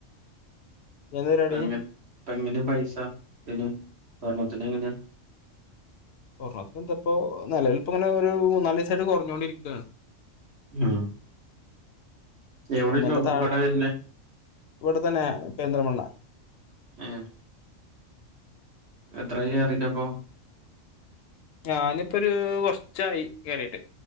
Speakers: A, on the left; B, on the right.
A: ഇനി എന്താ പരിപാടി
B: എങ്ങനെ ഇപ്പെ എങ്ങനെ പൈസാ ഇപ്പെയ്‌ന്. സ്വർണ്ണത്തിന് എങ്ങനാ.
A: സ്വർണത്തിന് എന്തപ്പോ നിലവിൽ ഇപ്പങ്ങനെ ഒരു മൂന്നാല് ദിവസായിട്ട് കുറഞ്ഞുകൊണ്ടിരിക്കാണ്.
B: ഉം എവിടെ
A: ഒന്നിന്റെ
B: ഷോ
A: താഴെ
B: കട വരുന്നേ
A: ഇവിടെ തന്നെ പെരിന്തൽമണ്ണ.
B: ഏ എത്രയായി കേറീട്ടപ്പോ.
A: ഞാനിപ്പൊരു കുറച്ചായി കേറീട്ട്.